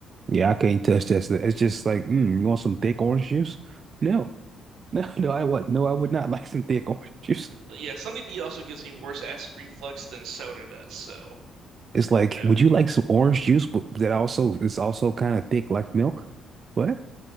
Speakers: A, on the right (about 45°); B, on the right (about 85°).
A: Yeah, I can't touch that. stuff. It's just like, mm, you want some thick orange juice? No, <laughs> no, no, I would, no, I would not <laughs> like some thick orange juice.
B: But yeah. Sunny D also gives me worse acid reflux than soda does. So
A: It's like,
B: no.
A: would you like some orange juice, but that also is also kind of thick like milk? What?